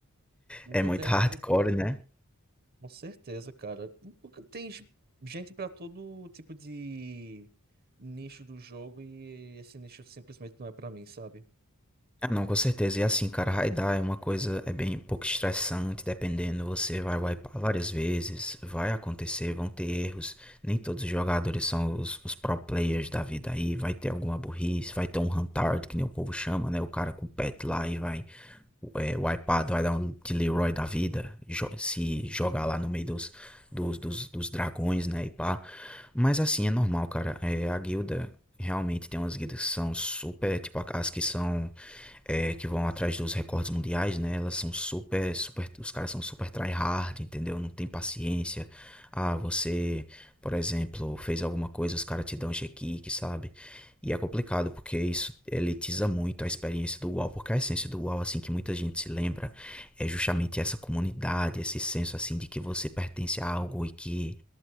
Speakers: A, on the right; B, in the centre.
A: Encontrei
B: é muito hardcore,
A: essa guilda.
B: né.
A: Com certeza, cara. Porque Tem g- gente para todo tipo de nicho do jogo e esse nicho simplesmente não é para mim, sabe?
B: Ah, não, com certeza. E assim, cara, raidar é uma coisa é bem um pouco estressante, dependendo, você vai wipar várias vezes, vai acontecer, vão ter erros, nem todos os jogadores são os os pro players da vida aí, vai ter alguma burrice, vai ter um "huntard", que nem o povo chama, né, o cara com o pet lá e vai é, wipeado, vai dar um de Leroy da vida, jo- se jogar lá no meio dos, dos, dos, dos dragões, né, e pá. Mas assim, é normal, cara. É, a guilda, realmente tem umas guildas que são super, tipo, as que são é, que vão atrás dos recordes mundiais, né? Elas são super, super, os caras são super tryhard, entendeu? Não tem paciência. Ah, você, por exemplo, fez alguma coisa, os caras te dão G-Kick, sabe? E é complicado, porque isso elitiza muito a experiência do UOL, porque a essência do UOL, assim, que muita gente se lembra, é justamente essa comunidade, esse senso, assim, de que você pertence a algo e que